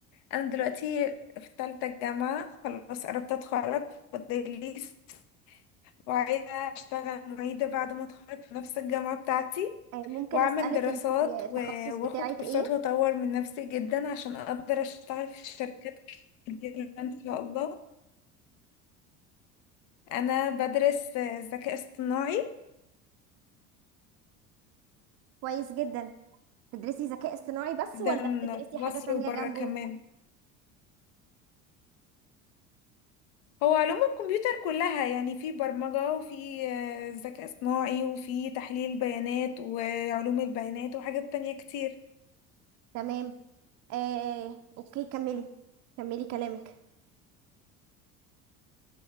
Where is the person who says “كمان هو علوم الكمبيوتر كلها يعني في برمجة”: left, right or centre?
Left